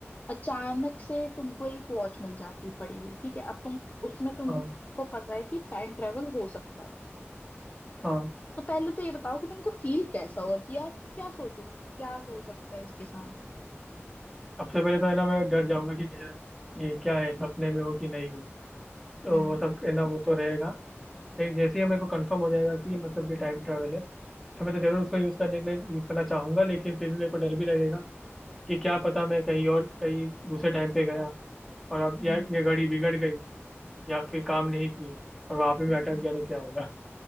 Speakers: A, on the left; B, in the centre.
A: अचानक से तुमको एक वॉच मिल जाती है पड़ी हुई ठीक है अब तुम उसमें तुमको
B: हाँ
A: पता है कि टाइम ट्रेवल हो सकता है
B: हाँ
A: तो पहले तो ये बताओ कि तुमको फील कैसा होगा कि यार क्या सोचोगे क्या हो सकता है इसके साथ
B: सबसे पहले तो है ना मैं डर जाऊंगा कि क्या- ये क्या है सपने में हो कि नहीं हो तो
A: हम्म
B: वो सब है ना वो तो रहेगा लेकिन जैसे ही मेरे को कंफर्म हो जाएगा कि मतलब ये टाइम ट्रैवल है तो मैं तो जरूर उसको यूज करने के लिए यूज करना चाहूंगा लेकिन फिर भी मेरे को डर भी लगेगा कि क्या पता मैं कहीं और कहीं दूसरे टाइम पे गया और अब
A: हम्म
B: यार ये घड़ी बिगड़ गई या फिर काम नहीं की और वहां पे मैं
A: हम्म।
B: अटक गया तो क्या होगा